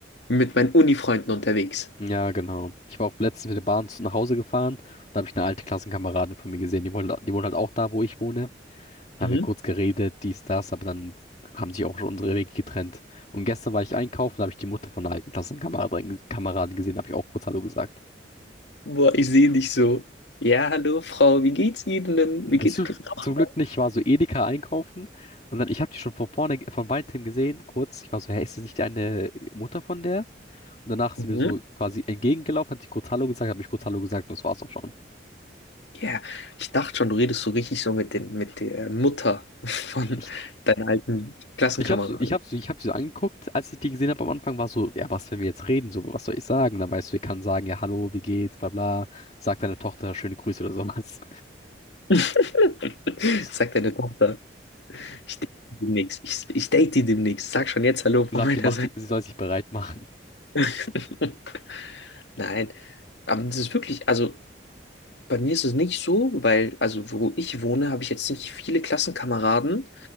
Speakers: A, on the left (about 80°); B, on the left (about 40°).
A: mit meinen Uni-Freunden unterwegs.
B: Ja, genau. Ich war auch letztens mit der Bahn zu- nach Hause gefahren. Da habe ich eine alte Klassenkameradin von mir gesehen. Die wohnt, die wohnt halt auch da, wo ich wohne. haben
A: Mhm.
B: wir kurz geredet, dies, das, aber dann haben sich auch schon unsere Wege getrennt. Und gestern war ich einkaufen, da habe ich die Mutter von einer alten Klassenkameradin Kameradin gesehen, da habe ich auch kurz Hallo gesagt.
A: Boah, ich sehe dich so. Ja, hallo Frau, wie geht's Ihnen denn?
B: das
A: Wie geht's
B: ist
A: Ihrer Tochter?
B: zum Glück nicht, ich war so Edeka einkaufen und dann, ich habe die schon von vorne, von weitem gesehen, kurz. Ich war so, hey, ist das nicht deine Mutter von der? Und danach sind
A: Mhm.
B: wir so quasi entgegengelaufen, hat sie kurz Hallo gesagt, habe ich kurz Hallo gesagt und das war's auch schon.
A: Ja, ich dachte schon, du redest so richtig so mit den, mit der Mutter <laughs> von
B: Ich
A: deiner alten Klassenkameradin.
B: Ich habe ich hab, so, ich hab sie so angeguckt, als ich die gesehen habe am Anfang, war so, ja, was, wenn wir jetzt reden, so, was soll ich sagen? Dann weißt du, ich kann sagen, ja, hallo, wie geht's, bla bla, sag deiner Tochter schöne Grüße oder sowas.
A: <laughs>
B: <laughs>
A: Sagt deine Tochter, ich date die demnächst. Ich, ich date die demnächst. Sag schon jetzt Hallo von
B: Sagt,
A: meiner
B: die macht,
A: Seite.
B: sie sie soll sich bereit machen.
A: <laughs> Nein, aber das ist wirklich, also bei mir ist es nicht so, weil, also wo ich wohne, habe ich jetzt nicht viele Klassenkameraden.